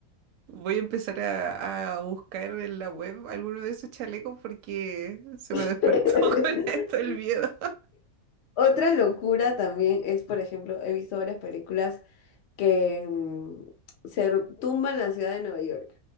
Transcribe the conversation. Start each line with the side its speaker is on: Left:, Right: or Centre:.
Right: voy a empezar a, a buscar en la web alguno de esos chalecos porque se
Left: <laughs>
Right: me despertó <laughs> con esto el miedo.
Left: Otra locura también es, por ejemplo, he visto varias películas que mm, se r- tumba en la ciudad de Nueva York.